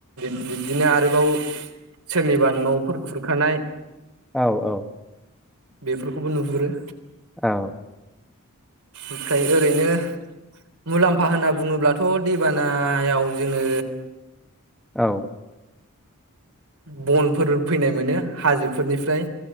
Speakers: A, on the right; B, in the centre.
A: बिदिनो आरोबाव सोरनिबा न'फोर खुरखानाय
B: औ औ
A: बेफोरखौबो नुहुरो
B: औ
A: ओमफ्राय ओरैनो मुलाम्फा होनना बुङोब्लाथ' दैबानायाव जोङो
B: औ
A: बनफोर फैनाय मो हाजोफोरनिफ्राय